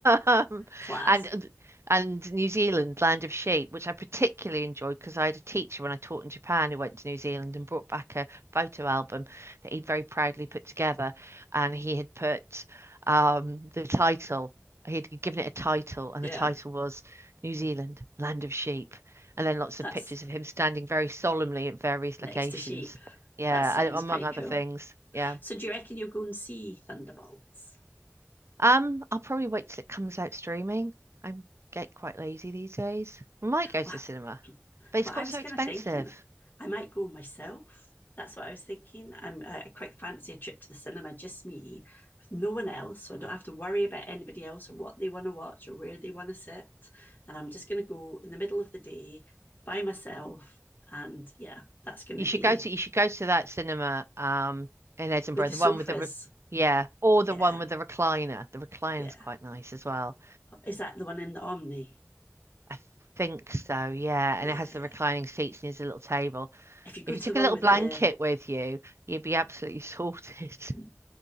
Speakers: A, on the right (about 65°); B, on the left (about 45°).
A: Um,
B: class.
A: and and New Zealand, Land of Sheep, which I particularly enjoyed because I had a teacher when I taught in Japan who went to New Zealand and brought back a photo album that he'd very proudly put together. And he had put um, the title, he'd given it a title, and
B: Yeah,
A: the title was New Zealand, Land of Sheep. And then lots
B: that's
A: of pictures of him standing very solemnly at various
B: next
A: locations.
B: to sheep.
A: Yeah,
B: That sounds
A: and among
B: pretty
A: other
B: cool.
A: things. Yeah.
B: So do you reckon you'll go and see Thunderbolts?
A: Um, I'll probably wait till it comes out streaming. i get quite lazy these days. We might go to
B: Well,
A: the cinema, but it's
B: Well,
A: got
B: I was
A: so
B: kind
A: expensive.
B: of thinking I might go myself. That's what I was thinking. I'm uh, I quite fancy a trip to the cinema, just me, with no one else. So I don't have to worry about anybody else or what they want to watch or where they want to sit. And I'm just going to go in the middle of the day by myself. And yeah, that's going
A: You
B: to
A: should
B: be
A: go to you should go to that cinema um in Edinburgh,
B: with the
A: the
B: sofas.
A: one with the re yeah, or
B: Yeah,
A: the one with the recliner. The recliner's
B: yeah.
A: quite nice as well.
B: Is that the one in the Omni?
A: I think so, yeah.
B: Yeah.
A: And it has the reclining seats and there's a little table.
B: If you go
A: If you
B: to
A: took
B: the one
A: a little
B: with
A: blanket
B: the,
A: with you, you'd be absolutely sorted.
B: <laughs>
A: <laughs>